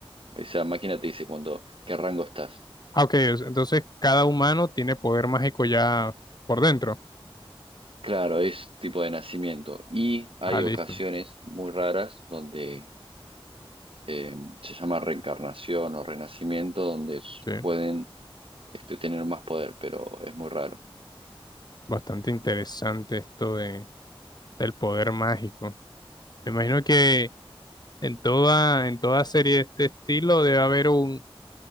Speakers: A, on the right; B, on the left.
A: esa máquina te dice cuánto, qué rango estás.
B: Ah, ok, es- entonces cada humano tiene poder mágico ya por dentro.
A: Claro, es tipo de nacimiento. Y hay
B: Ah, listo,
A: ocasiones muy raras donde eh, se llama reencarnación o renacimiento, donde s-
B: sí.
A: pueden este, tener más poder, pero es muy raro.
B: Bastante interesante esto de, del poder mágico. Me imagino que en toda, en toda serie de este estilo debe haber un,